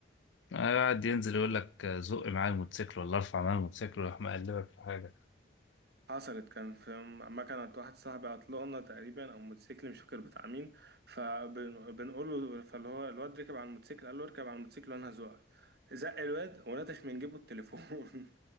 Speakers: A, on the left (about 85°); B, on the right (about 55°).
A: قاعد ينزل يقول لك آه، زق معايا الموتوسيكل ولا ارفع معايا الموتوسيكل ويروح مقلبك في حاجة
B: حصلت كان في ما كانت واحد صاحبي عطلانة تقريبا او موتوسيكل مش فاكر بتاع مين فبنقول له فاللي هو الواد ركب على الموتوسيكل قال له اركب على الموتوسيكل وانا هزوقك زق الواد ونتش من جيبه التليفون <laughs>